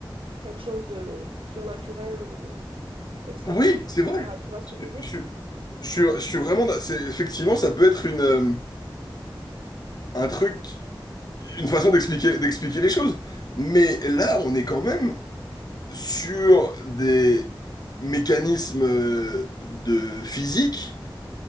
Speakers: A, on the right; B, on the left.
A: quelque chose de surnaturel ou extraterrestre,
B: oui, c'est vrai.
A: etc. Tu vois ce que je
B: Je,
A: veux dire?
B: je- je suis je suis vraiment, d'a- c'est, effectivement, ça peut être une, euh, un truc. une façon d'expliquer d'expliquer les choses. Mais là, on est quand même sur des mécanismes euh, de physique